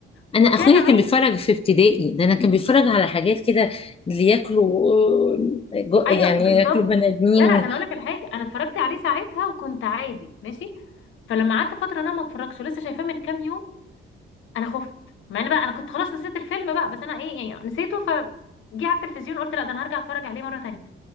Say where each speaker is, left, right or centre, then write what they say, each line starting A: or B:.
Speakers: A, on the left (about 30°); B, on the left (about 80°).
A: انا
B: وكان
A: اخويا
B: عادي
A: كان بيتفرج في ابتدائي ده انا كان بيتفرج على حاجات كده اللي ياكلوا آه، جو-
B: أيوة
A: يعني
B: بالظبط
A: ياكلوا بني ادمين
B: لا
A: وال-
B: لا ده أنا أقولك الحاجة أنا اتفرجت عليه ساعتها وكنت عادي ماشي فلما قعدت فترة أنا ما اتفرجش ولسه شايفاه من كام يوم أنا خفت مع إن بقى أنا كنت خلاص نسيت الفيلم بقى بس أنا إيه يعني نسيته ف جه على التلفزيون قلت لا ده أنا هرجع أتفرج عليه مرة تانية